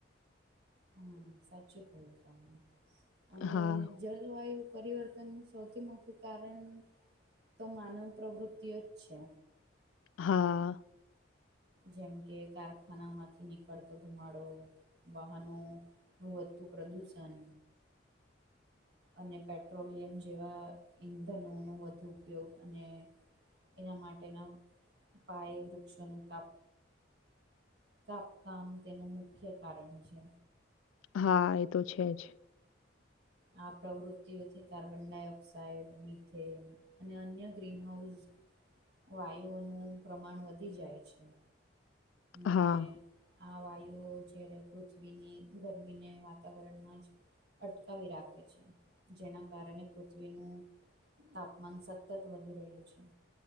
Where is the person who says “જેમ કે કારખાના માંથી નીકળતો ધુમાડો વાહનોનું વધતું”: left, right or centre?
Right